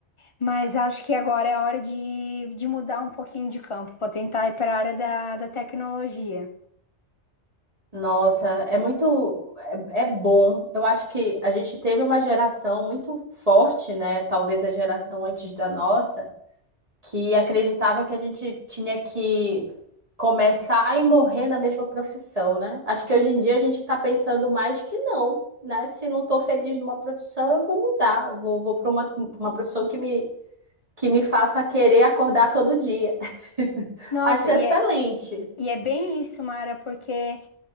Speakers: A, on the left; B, on the right.
A: Mas acho que agora é hora de, de mudar um pouquinho de campo. Vou tentar ir para a área da, da tecnologia.
B: Nossa, é muito, é, é bom. Eu acho que a gente teve uma geração muito forte, né? Talvez a geração antes da nossa, que acreditava que a gente tinha que começar e morrer na mesma profissão, né? Acho que hoje em dia a gente está pensando mais que não, né? Se não estou feliz numa profissão, eu vou mudar, vou, vou para uma, uma profissão que me que me faça querer acordar todo dia. <laughs>
A: Nossa,
B: Acho
A: e
B: excelente.
A: é, E é bem isso, Mara, porque